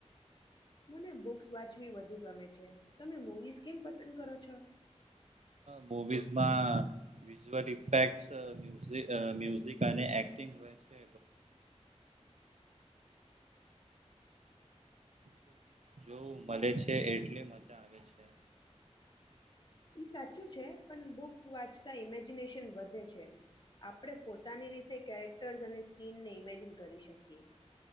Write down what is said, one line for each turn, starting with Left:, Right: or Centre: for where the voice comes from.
Left: મને બુક્સ વાંચવી વધુ ગમે છે તમે મુવીઝ કેમ પસંદ કરો છો.
Right: મુવીઝમાં વિઝુઅલ ઇફેક્ટ અ મ્યુઝિક અને એક્ટિંગ હોય છે જો મલે છે એટલે મજા આવે છે.
Left: ઈ સાચું છે પન બુક્સ વાંચતા ઇમેજિનેશન વધે છે આપણે પોતાની રીતે કેરેક્ટર્સ અને સીનને ઇમેજિન કરી શકીએ.